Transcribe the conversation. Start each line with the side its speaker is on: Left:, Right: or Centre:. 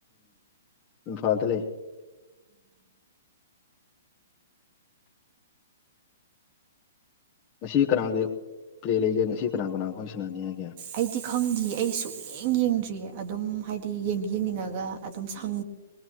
Left: ꯎꯝ ꯐꯜ ꯂꯩ ꯉꯁꯤ ꯀꯅꯥꯒꯤ ꯄꯔꯦ ꯂꯩꯒꯦ ꯉꯁꯤ ꯀꯅꯥ ꯀꯅꯥꯈꯣꯏ ꯁꯅꯥꯅꯤꯡ ꯍꯥꯏꯒꯦ
Right: ꯑꯩꯗꯤ ꯈꯪꯗꯦ ꯑꯩ ꯁꯨꯛꯌꯦꯡ ꯌꯦꯡꯗ꯭ꯔꯤꯌꯦ ꯑꯗꯨꯝ ꯍꯥꯏꯗꯤ ꯌꯦꯡꯗꯤ ꯌꯦꯡꯅꯤꯡꯉꯒ ꯑꯗꯨꯝ ꯁꯪ